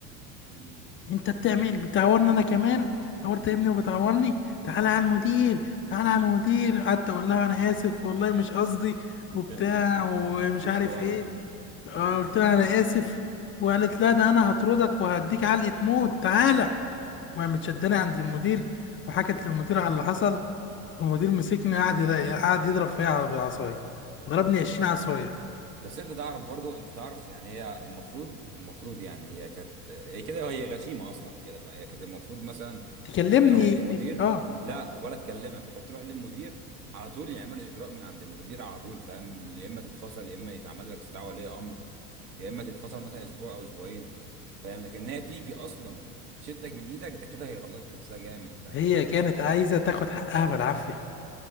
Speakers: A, on the right; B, on the left.
A: امم
B: انت بتعمل بتعورني انا كمان عورت ابني وبتعورني تعالى على المدير تعالى على المدير قعدت اقول لها انا اسف والله مش قصدي
A: <laughs>
B: وبتاع ومش
A: جبت
B: عارف
A: ورا
B: ايه
A: بقى امم
B: آه، قلت لها انا اسف وقالت لا ده انا هطردك وهديك علقه موت تعالى وقامت شداني عند المدير وحكت للمدير على اللي حصل المدير مسكني قعد يض- قعد يضرب فيا على- بالعصايه ضربني 20 عصايه
A: بس انت تعرف برضو انت تعرف يعني هي المفروض المفروض يعني هي كانت هي كده هي غشيمه اصلا كده بقى هي كانت المفروض مثلا
B: تكلمني
A: كانت راحت للمدير
B: اه
A: لا ولا تكلمك كانت تروح للمدير على طول يعملوا اجراء من عند المدير على طول فاهم يا اما تتفصل يا اما يتعمل لك استدعاء ولي امر يا اما تتفصل مثلا اسبوع او اسبوعين فاهم لكن هي تيجي اصلا تشدك من ايدك ده كده هي غلطت نفسها جامد فاهم
B: هي كانت عايزه تاخد حقها بالعافيه